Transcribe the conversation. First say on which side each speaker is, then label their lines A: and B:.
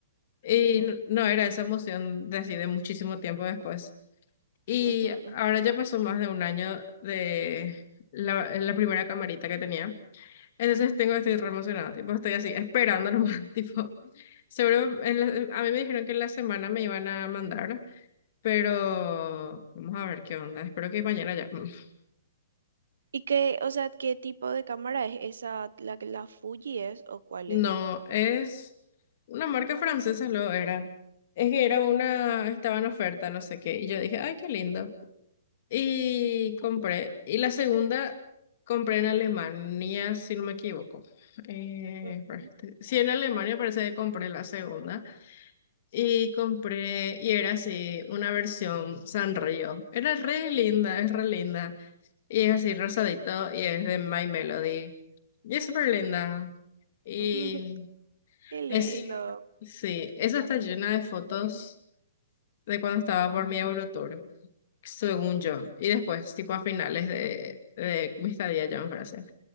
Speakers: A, on the left; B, on the right.
A: Y
B: ujú,
A: n- no, era esa emoción de así de muchísimo tiempo después. Y
B: ujú, ujú.
A: ahora ya pasó más de un año de la, la primera camarita que tenía. Entonces tengo, estoy re emocionada, tipo, estoy así, esperando nomás, <laughs> tipo, seguro, en la- a mí me dijeron que en la semana me iban a mandar pero vamos a ver qué onda. Espero que mañana ya. <laughs>
B: ¿Y qué, o sea, qué tipo de cámara es esa? ¿La, que- la Fuji es o cuál
A: No,
B: es?
A: es una marca francesa, lo era. Es que era una, estaba en oferta, no sé qué. Y yo dije, ay, qué lindo. Y compré. Y la segunda compré en Alemania, si no me equivoco. Eh,
B: Ujú,
A: espera, este- sí, en Alemania parece que compré la segunda. Y compré, y era así, una versión Sanrio. Era re linda, es re linda. Y es así rosadito y es de My Melody. Y es súper linda. Y
B: ujú, <laughs> Qué lindo.
A: es, sí, esa está llena de fotos de cuando estaba por mi Eurotour, según yo. Y después, tipo a finales de, de mi estadía ya en Francia.